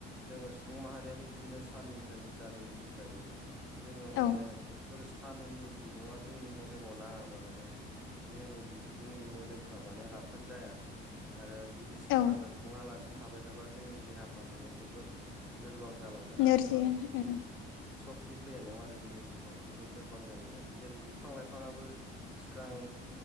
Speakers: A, in the centre; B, on the left (about 80°).
A: जोङो सुबुं माहारियाबो बिदिनो साननिफ्राय भिटामिन बि जायो जोङो माने
B: औ
A: बेफोर साननि बिदुआ जोंनि मोदोमाव नाङाबा माने जोंनि बि जोंनि मोदोमफ्रा माने राफ फोद जाया आरो जुदि सानानो
B: औ
A: दुङालासिनो थाबाय थाबा जोंनि देहाफ्रा माने जोबोद लोरबां जालांगोन
B: नोरजिया
A: आरो जोंनाव सक्ति
B: उम
A: सक्ति फैनाय नङा आरो जोंनि देहायाव जोबोद लोरबां जालांगोन जेरै बिफां लाइफाङाबो सोरां